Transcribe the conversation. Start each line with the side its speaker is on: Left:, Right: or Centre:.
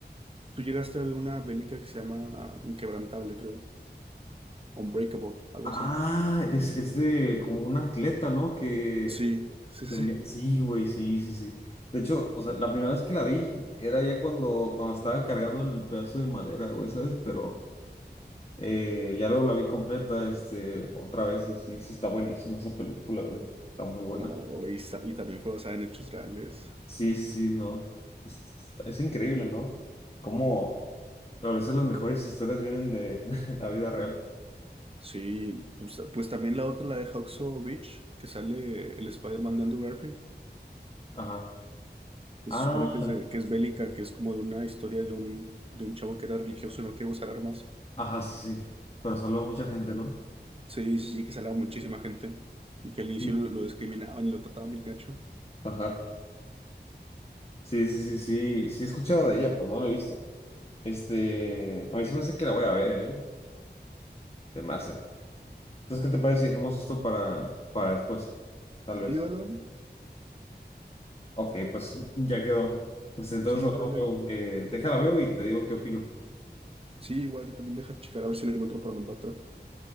Right: Tú llegaste a ver una bélica que se llama ah, Inquebrantable, creo. Unbreakable, algo
Left: Ah,
Right: así.
Left: es, es de como un atleta, ¿no? Que
Right: Sí, sí, sí.
Left: lo envía- Sí, güey, sí, sí, sí. De hecho, o sea, la primera vez que la vi era ya cuando, cuando estaba cargando el pedazo de madera, güey, ¿sabes? Pero eh, ya luego la vi completa, este, otra vez, y sí, sí está buenísima esa película, güey. Está muy buena.
Right: No, y, sa- y también fue basada en hechos reales.
Left: Sí, sí, sí, no. Es, es- es increíble, ¿no? Cómo a veces las mejores historias vienen de <laughs> la vida real.
Right: Sí, pues, pues también la otra, la de Hacksaw Ridge, que sale el Spider-Man de Andrew Garfield.
Left: Ajá.
Right: se
Left: Ah,
Right: supone que es, de- que es bélica, que es como de una historia de un, de un chavo que era religioso y no quiere usar armas.
Left: ajá, sí, sí. Pero salva a mucha gente, ¿no?
Right: Sí, sí, sí, que salaba muchísima gente y que al inicio
Left: Sí.
Right: lo, lo discriminaban y lo trataban bien gacho.
Left: Ajá. Sí, sí, sí, sí. Sí he escuchado de ella, pues no la he visto. Este, a mí se me hace que la voy a ver, ¿eh? Se me hace. Entonces, ¿qué te parece si dejamos esto para, para después? Tal vez.
Right: Sí, dale, dale.
Left: Ok, pues ya quedó. Pues entonces
Right: Sí,
Left: hablamos
Right: dale.
Left: luego. Eh, déjala veo y te digo qué opino.
Right: Sí, igual yo también deja checar a ver si la encuentro para mandártela.